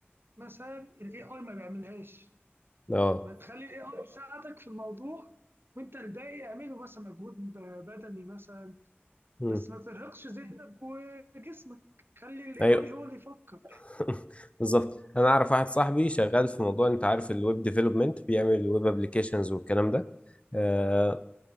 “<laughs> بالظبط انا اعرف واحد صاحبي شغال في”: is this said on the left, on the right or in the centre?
Left